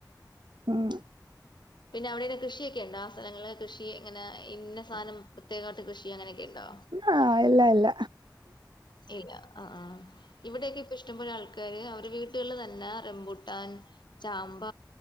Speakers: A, on the right (about 85°); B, on the left (about 80°).
A: ഉം
B: പിന്നെ അവിടെന്നെ കൃഷിയൊക്കെ ഇണ്ടോ? സ്ഥലങള് കൃഷി ങ്ങനെ ഇന്ന സാനം പ്രത്യേകമായിട്ട കൃഷി അങ്ങനെയൊക്കെ ഇണ്ടോ?
A: ആഹ് ഇല്ല ഇല്ല.
B: ഇല്ല ആഹ്. ഇവിടെയൊക്കെ ഇപ്പ ഇഷ്ടംപോലെ ആൾക്കാര് അവരുടെ വീട്ട്ല് തന്നെ റെംബൂട്ടാൻ ചാമ്പ